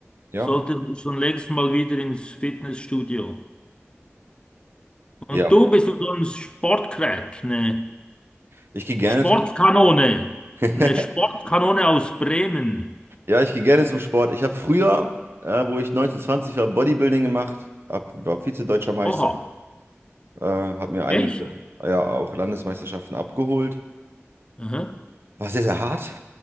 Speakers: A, on the right; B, on the left.
A: Ja.
B: Sollte schon längst mal wieder ins Fitnessstudio. Und
A: Ja.
B: du bist so ein Sportcrack, eine
A: Ich gehe gerne
B: Sportkanone,
A: zum, <laughs>
B: eine Sportkanone aus Bremen.
A: ja, ich gehe gerne zum Sport. Ich habe früher, äh, wo ich 19, 20 war, Bodybuilding gemacht, hab, war Vize-Deutscher Meister,
B: Oha,
A: äh, habe mir einige,
B: echt?
A: ja, auch Landesmeisterschaften abgeholt.
B: Aha,
A: War sehr, sehr hart.